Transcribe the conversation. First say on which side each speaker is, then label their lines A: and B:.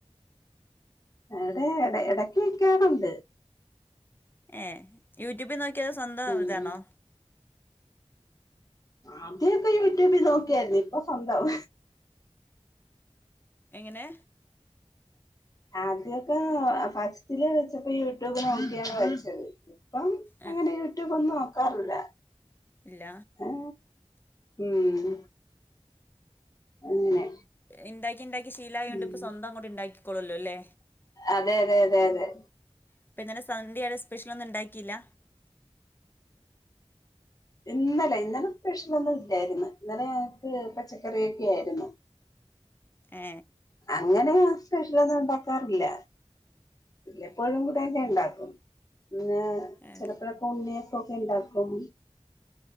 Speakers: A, on the left; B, on the left.
A: എവിടെട ഇടക്ക് വയ്ക്കാറുണ്ട്.
B: ഏ യൂട്യൂബിൽ നോക്കിയത് സ്വന്തം
A: ഉം
B: ഇതാണോ.
A: ആദ്യൊക്കെ യൂട്യൂബിൽ നോക്കിയായിരുന്നു ഇപ്പൊ സ്വന്തം.
B: എങ്ങനെ.
A: ആദ്യക്കെ ഫസ്റ്റില്വെച്ചപ്പോ യൂട്യൂബ് നോക്കിയാണ് വെച്ചത്. അപ്പം
B: ഏ
A: അങ്ങനെ യൂട്യൂബ് ഒന്നും നോക്കാറില്ല.
B: ഇല്ല
A: ഏെ ഉം അങ്ങനെ
B: എന്താക്കി ഇണ്ടാ ശീലായ കൊണ്ട്
A: ഉം
B: ഇപ്പോ സ്വന്തം അങ്ങോട്ട് ഇണ്ടാക്കിക്കോളല്ലോ അല്ലേ.
A: അതെ അതെ അതെ അതെ
B: ഇപ്പൊ ഇന്നലെ സന്ധ്യയുടെ സ്പെഷ്യൽ ഒന്നും ഉണ്ടാക്കിയില്ല?
A: ഇന്നലെ ഇന്നലെ സ്പെഷ്യലൊന്നും ഇല്ലായിരുന്നു ഇന്നലെ ഞക്ക് പച്ചക്കറിയൊക്കെ ആയിരുന്നു.
B: ഏ
A: അങ്ങനെ സ്പെഷ്യലൊന്നും ഉണ്ടാക്കാറില്ല. എപ്പോഴും കൂടെ തന്നെ ഉണ്ടാക്കും. പിന്നെ.
B: ഏ
A: ചെിലപ്പോഴൊക്കെ ഉണ്ണിയപ്പോൊക്കെ ഉണ്ടാക്കും.